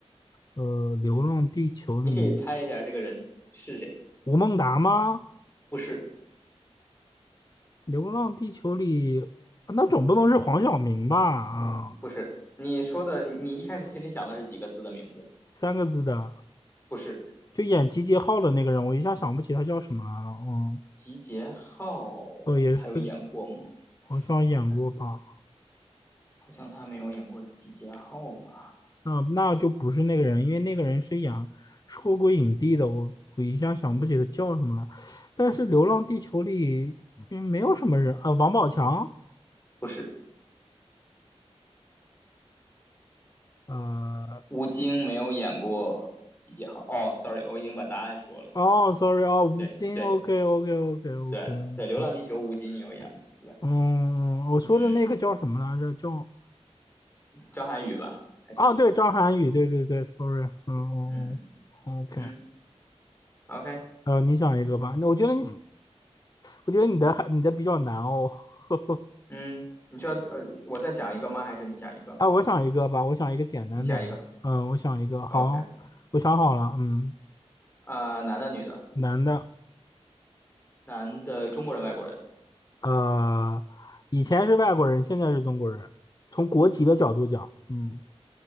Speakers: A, on the left; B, on the left.
A: 呃，流浪地球里
B: 你可以猜一下这个人是谁？
A: 吴孟达吗？
B: 不是，
A: 流浪地球里那总不能是黄晓明吧？啊，
B: 不是。你说的，你一开始心里想的是几个字的名字？
A: 三个字的，
B: 不是，
A: 就演集结号的那个人，我一下想不起他叫什么来了。哦，
B: 集结号，
A: 哦，也是
B: 他有演过吗？
A: 好像演过吧？
B: 好像好像他没有演过集结号吧？
A: 嗯，那就不是那个人，因为那个人是演获过影帝的，我我一下想不起他叫什么了。但是《流浪地球》里嗯没有什么人啊，王宝强，
B: 不是，
A: 呃，
B: 吴京没有演过几几号。哦，sorry，我已经把答案说了。
A: 哦，sorry，哦，吴京，OK，OK，OK，OK，OK，
B: 对对对对，《流浪地球》吴京有演，对吧？
A: 嗯，我说的那个叫什么来着？
B: 嗯，
A: 叫
B: 张涵予吧，还是谁？
A: 啊，对，张涵予，对对对，sorry，嗯嗯嗯，OK，
B: 嗯嗯，OK，
A: 呃，你想一个吧，那我觉得你，我觉得你的还你的比较难哦，<laughs>
B: 嗯，你需要呃，我再想一个吗？还是你想一个？
A: 哎，我想一个吧，我想一个简单点的。
B: 你想一个
A: 嗯，我想一个，好，
B: ，OK，
A: 我想好了。嗯，
B: 啊，呃男的女的？
A: 男的，
B: 男的中国人外国人
A: 呃，以前是外国人，现在是中国人。从国籍的角度讲，嗯，